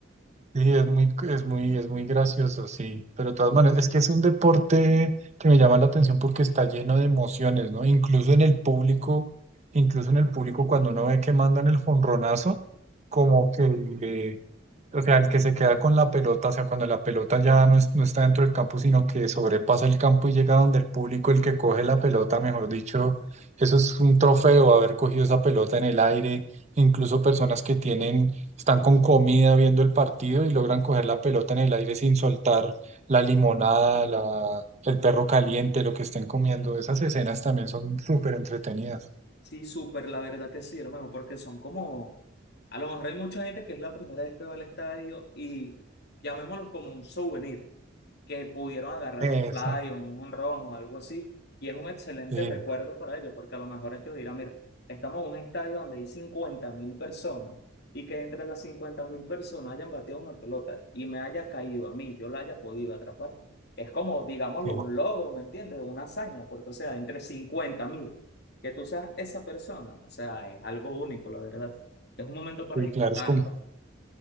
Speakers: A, on the right (about 35°); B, on the left (about 60°).
A: sí, es muy, es muy, es muy gracioso, sí. Pero de todas maneras, es que es un deporte que me llama la atención porque está lleno de emociones, ¿no? Incluso en el público, incluso en el público, cuando uno ve que mandan el jonronazo, como que eh, O sea, el que se queda con la pelota, o sea, cuando la pelota ya no, es- no está dentro del campo, sino que sobrepasa el campo y llega donde el público, el que coge la pelota, mejor dicho, eso es un trofeo, haber cogido esa pelota en el aire. Incluso personas que tienen, están con comida viendo el partido y logran coger la pelota en el aire sin soltar la limonada, la, el perro caliente, lo que estén comiendo. Esas escenas también son súper entretenidas.
B: Sí, súper, la verdad que sí, hermano, porque son como, a lo mejor hay mucha gente que es la primera vez que va al estadio y llamémoslo como un souvenir. que pudieron agarrar
A: Eso,
B: un fly o un jonrón o algo así. Y es un excelente
A: sí,
B: recuerdo para ellos, porque a lo mejor ellos dirán, mira, estamos en un estadio donde hay 50 mil personas y que entre las 50 mil personas hayan bateado una pelota y me haya caído a mí, yo la haya podido atrapar. Es como, digámoslo,
A: sí,
B: un logro, ¿me entiendes? Una hazaña, porque o sea, entre 50 mil, que tú seas esa persona, o sea, es algo único, la verdad. Es un momento para
A: sí,
B: disfrutarlo.
A: claro, es como